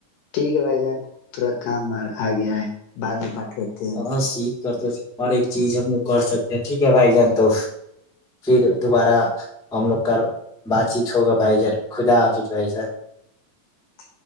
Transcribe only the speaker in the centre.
ہاں سیکھ کرتے تھ ہر ایک چیز ہم لوگ کر سکتے ہیں ٹھیک ہے بھائی جان تو پھر دوبارہ ہم لوگ کر بات چیت ہوگا بھ ج خدا آافظ ب س